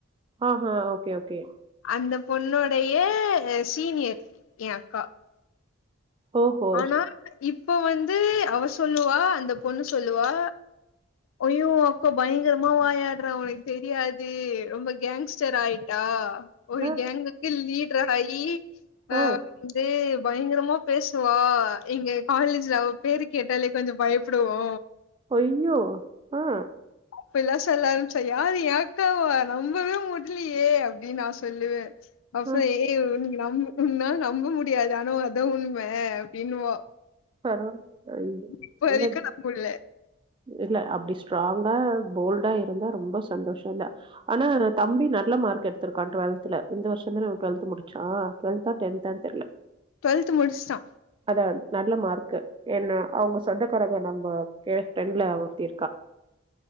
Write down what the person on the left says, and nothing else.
அந்த பொண்ணொடைய சீனியர் ஏ அக்கா
ஆனா இப் போ வந்து அவ சொல்லுவா அந்த பொண்ணு சொல்லுவா அய்யோ அக்கோ பயங்கரமா வாயாடுறா உனக்கு தெரியாது ரொம்ப கேங்ஸ்டர் ஆயிட்டா ஒரு
கேங்குக்கே லீட் ட்ரா ஆயி
ஆ வந்து பயங்கரமா பேஸ் சவா எங்க காலேஜ்ல அவ பேரு கேட்டாலே கொஞ்சோ பயப்டுவோ
இப்பட்லா சொல்ல ஆரம்ப்ச்சா யார் ஏ அக்காவா நம்பவே முடியலையே அப்டின்னு நா சொல்லுவே பஃபெ
ஏ உன்கி நா உன் உன்னால நம்ப முடியாது ஆனா அதா உண்ம அப்டின்னுவா
இப்பவரைக்கூ
நம்ப்முடில
டுவெல்த் முடிச்சுட்டா